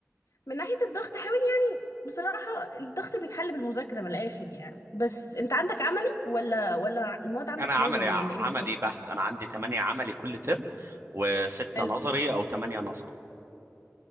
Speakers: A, on the left (about 85°); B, on the right (about 55°).
A: من ناحيه الضغط حاول يعني بصراحه الضغط بيتحل بالمذاكره من الاخر يعني بس انت عندك عملي ولا ولا المواد عندك
B: انا عملي
A: نظري ولا ايه
B: عملي
A: بالظبط
B: بحت انا عندي 8 عملي كل ترم وستة
A: حلو
B: نظري او 8 نظري